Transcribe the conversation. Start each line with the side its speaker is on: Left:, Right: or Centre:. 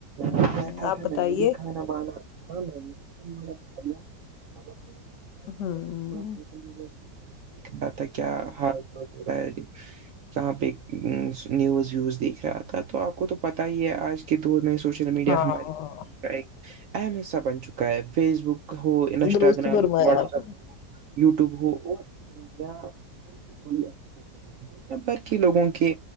Left: ہوں
Right: میں بیٹھا
Left: آپ
Right: تھا
Left: بتائیے
Right: میں نے بھی کھانا بانا ہاں نہیں تو کاھا
Left: ہوں
Right: کر تھڑا د رہا تھا کیا حالال ہو ہے کہاں پہ نیوز ویوز دیکھ رہا تھا تو آپ کو تو پتا ہی ہے آج کے دور میں سوشل میڈیا
Left: ہاں
Right: ہماری زگی کا ایک اہم حساب چ کا ہے فیس بک ہو انسٹاگرام
Left: درست فرمایا
Right: ہو واٹس
Left: آپ
Right: ایپ
Left: نے
Right: ہو یو ٹیوب ہو اور یا دوسری کوئی اپلیکیشن بھر کے لوگوں کے